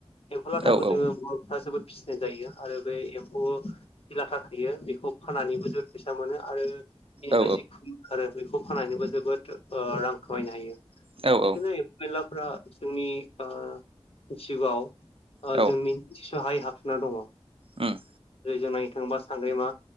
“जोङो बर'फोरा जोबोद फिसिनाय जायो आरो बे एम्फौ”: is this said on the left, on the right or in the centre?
Left